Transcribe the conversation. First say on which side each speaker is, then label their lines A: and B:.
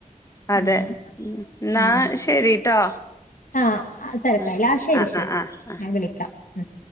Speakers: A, on the left; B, on the left.
A: അതെ
B: ഉം
A: ഉം എന്നാ
B: ഉം.
A: ശരിട്ടോ
B: ആ തെരക്കായില്ല
A: ഉം
B: ആ ശരി
A: ആഹ്
B: ശരി
A: ആഹ് ആഹ് ആഹ്
B: ഞാൻ വിളിക്കാം. ഉം